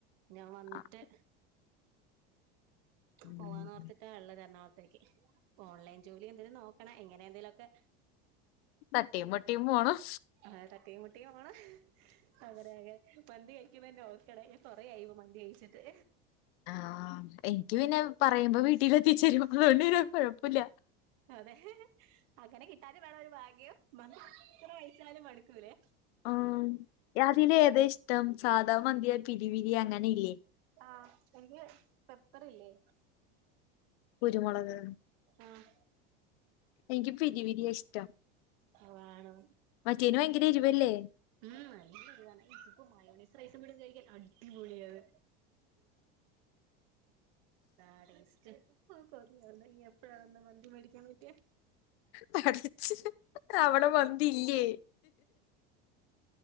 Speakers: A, on the right (about 70°); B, on the left (about 70°).
A: ഞാൻ വന്നിട്ട്
B: ആഹ് ഉം
A: പോവാന്നോർത്തിട്ടാ ഇള്ളത് എറണാകുള ത്തേക്ക് ഓൺലൈൻ ജോലി എന്തേലും നോക്കണം ഇങ്ങനെ എന്തേലുമൊക്കെ
B: തട്ടിം മുട്ടിം പോണം
A: ആഹ് തട്ടീം മു ട്ടീം പോണം അങ്ങനെ അങ്ങനെ മന്തി കഴിക്കുമ്പോ എന്നെ ഓർക്ക് <unintelligible> കുറേയായി ഇപ്പൊ മന്തി കഴിച്ചിട്ട്
B: ആ എനിക്ക് പിന്നെ പറയുമ്പോ വീട്ടില ത്തിച്ചേരും അതോണ്ട് പിന്നെ കുഴപ്പല്ല
A: അതെ അങ്ങനെ കിട്ടാനും വേണം ഒരു ഭാഗ്യം. മ എത്ര വയസ്സായാലും മടു ക്കൂലെ
B: ആ അതില ഏതാ ഇഷ്ടം സാധാ മന്തിയാ പിരി പിരി ഇ അങ്ങനെ ഇല്ലേ
A: ആ ഇന്ക് പെപ്പർ ഇല്ലേ
B: കുരുമുളക്
A: ആഹ്
B: ഇന്ക് പിരി പിരിയാ ഇഷ്ടം
A: ആ ആണോ
B: മറ്റേന് വയങ്കര എരിവല്ലേ
A: ഉം നല്ല എരിവാണ് ഇപ്പോ മയോണൈസും റൈസും കൂട്ടി കഴിക്കാൻ അടി പോളിയാണ് താണീസ് <unintelligible> ഇനി എപ്പഴാനാണതോ മന്തി മേടിക്കാൻ പറ്റ എ
B: പഠിച്ച് അവിടെ വന്ന് തിലെ